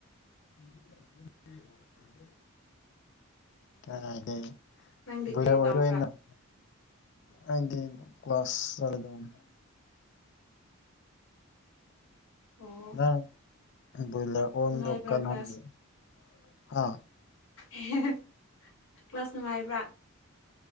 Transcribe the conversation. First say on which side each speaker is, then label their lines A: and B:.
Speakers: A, on the left (about 50°); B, on the left (about 70°).
A: ꯎ <inaudible> ꯀꯗꯥꯏꯗꯒꯤꯅꯣ
B: ꯅꯪꯗꯤ
A: ꯕꯣꯏꯂꯔ
B: ꯀꯔꯤ
A: ꯑꯣꯏꯔꯔꯣꯏ
B: ꯇꯧꯕ꯭ꯔꯥ
A: ꯅꯪ ꯑꯩꯗꯤ ꯀ꯭ꯂꯥꯁ ꯆꯔꯦꯗꯝ
B: ꯑꯣ
A: ꯅꯪ ꯕꯣꯏꯂꯔ ꯑꯣꯟꯗꯦ
B: ꯅꯨꯡꯉꯥꯏꯕ꯭ꯔꯥ
A: ꯀꯩꯅꯧ
B: ꯀ꯭ꯂꯥꯁ
A: <unintelligible> ꯍꯥ
B: ꯏ ꯍꯤ ꯍꯤ ꯀ꯭ꯂꯥꯁ ꯅꯨꯡꯉꯥꯏꯕ꯭ꯔꯥ